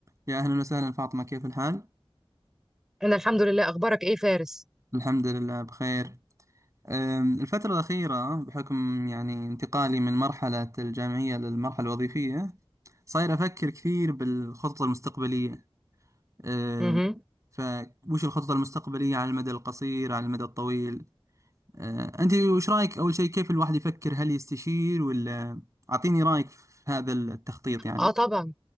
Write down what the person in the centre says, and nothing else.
انا الحمد لله اخبارك ايه فارس
امم
اه طبعا